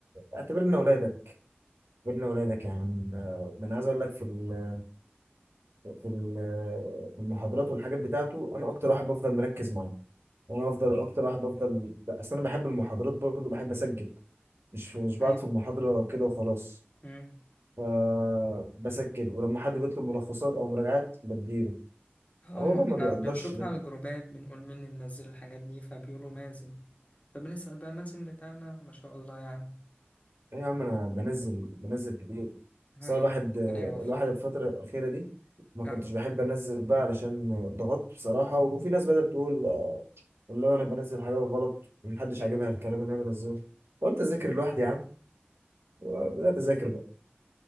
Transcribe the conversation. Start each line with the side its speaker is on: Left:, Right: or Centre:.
Right: اعتبرنا اولادك اعتبرنا اولادك يا عم ده ده انا عايز اقول لك في ال- في ال- في المحاضرات والحاجات بتاعته انا اكتر واحد بفضل مركز معاه انا افضل اكتر واحد بفضل اصل انا بحب المحاضرات برضه بحب اسجل مش مش بعد
Left: أيوة
Right: في المحاضرة كده وخلاص
Left: مم.
Right: فبسجل ولما حد بيطلب ملخصات أو مراجعات بديله
Left: اه
Right: هو
Left: ما
Right: بقى ما
Left: احنا
Right: بيقدرش
Left: بنشوف
Right: ده
Left: على الجروبات بنقول مين اللي منزل الحاجات دي فبيقولوا مازن فبنسأل بقى مازن بتاعنا ما شاء الله يعني
Right: إيه يا عم أنا بنزل بنزل كتير
Left: اه
Right: بس
Left: يا
Right: هو الواحد
Left: ربنا يوفقك
Right: الواحد الفترة الأخيرة دي ما
Left: اه
Right: كنتش بحب أنزل بقى علشان اتضغطت بصراحة وفي ناس بدأت تقول آه، اللي هو أنا بنزل حاجات غلط ومحدش
Left: ايوه
Right: عاجبها الكلام اللي أنا بنزله قلت أذاكر لوحدي يا عم وبدأت أذاكر بقى